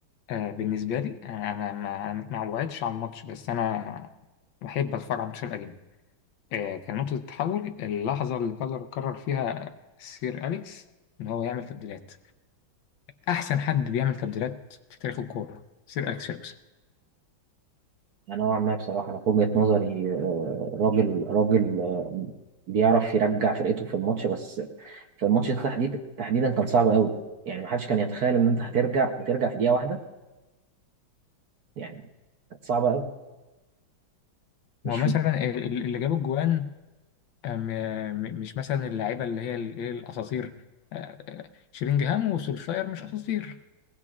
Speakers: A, on the left; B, on the right.
A: آه، بالنسبة لي آه، أنا ما ما وعدتش على الماتش بس أنا بحب أتفرج على الماتشات القديمة آه، كان نقطة التحول اللحظة اللي قرر قرر فيها سير أليكس إن هو يعمل تبديلات أحسن حد بيعمل تبديلات في تاريخ الكورة سير أليكس فيرجسون
B: نوعا ما بصراحه انا في وجهه نظري آه، راجل راجل آه، بيعرف يرجع فرقته في الماتش بس في الماتش ده تحديد تحديدا كان صعب قوي يعني محدش كان يتخيل ان انت هترجع وترجع في دقيقه واحده يعني كانت صعبه قوي مش
A: هو مثلا
B: في
A: ال- ال- اللي جاب الجوان آه، م- م- مش مثلا اللعيبه اللي هي ال- ايه الاساطير آه، آه، شيلينجهام وسولشاير مش اساطير